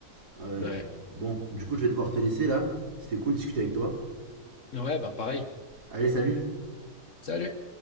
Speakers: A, on the right (about 60°); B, on the left (about 50°).
A: Ouais.
B: Ouais.
A: Bon, du coup, je vais devoir te laisser là. C'était cool de discuter avec toi.
B: Ouais, bah pareil.
A: Allez, salut!
B: Salut.